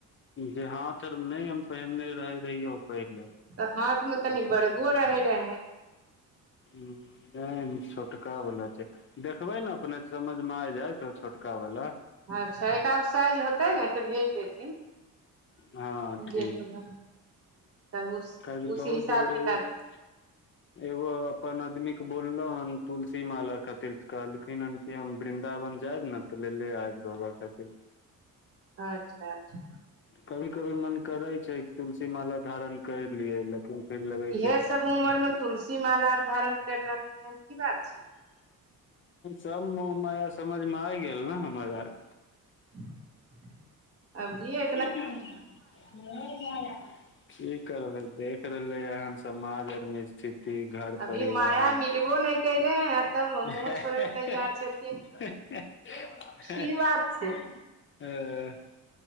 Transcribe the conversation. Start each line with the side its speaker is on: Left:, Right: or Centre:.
Left: जे हाथ अर मे नहि हम पहनने रह रहहि पहिले
Right: तऽ हाथ मऽ तनी बड़गो रहे रहे
Left: नहि ई छोटका बला छै देखबै नऽ अपने समझमे आ जायछ छोटका वला
Right: अच्छा एकटा उऽ साइज होतै ने तऽ भेज देथिन
Left: हँ
Right: <unintelligible>
Left: ठीक
Right: देखबे हू उ
Left: काहेकि बहुत
Right: हिसाब
Left: जरूरी
Right: किताब
Left: एगो एगो अपन आदमी कऽ बोललो हन तुलसी माला खातिर कहलखिन हन कि हम वृन्दावन जायब नऽ तऽ ले ले आब रऊआ खातिर
Right: अच्छा अच्छा
Left: कभी कभी मन करै छै तुलसी माला धारण कर लियै लेकिन फेर लगै
Right: इहे
Left: छै
Right: सब उमर मे तुलसी माला आर धारण कर रहलखिन हन की बात छै
Left: सब मोह माया समझमे आ गेल नऽ हमर आर
Right: <unintelligible> अभिए
Left: <unintelligible> कि करबे देख रहले हऽ समाज आरमे स्थिति घर
Right: अभी
Left: परिवार
Right: माया मिलबो नहि कैले ह तब
Left: <unintelligible>
Right: मुँह छोड़े ल तैयार छथिन की बात छै